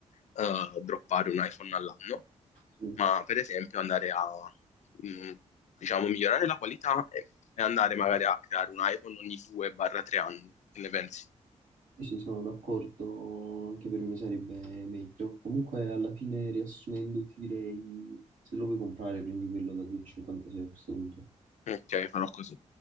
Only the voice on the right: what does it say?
sì,
sì, sì, sono d'accordo, anche per me sarebbe meglio. Comunque alla fine riassumendo ti direi, se lo vuoi comprare prendi quello da 2,56 a questo punto.